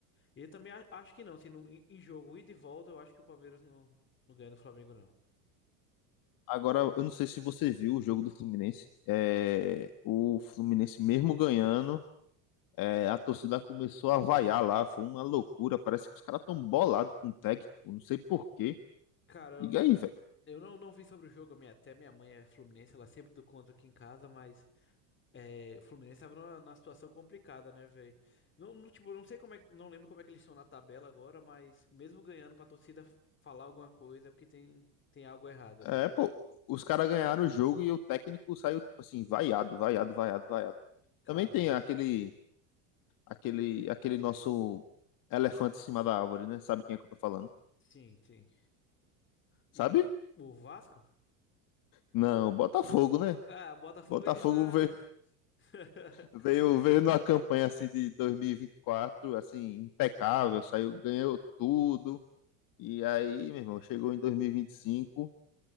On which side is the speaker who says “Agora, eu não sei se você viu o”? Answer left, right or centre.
Left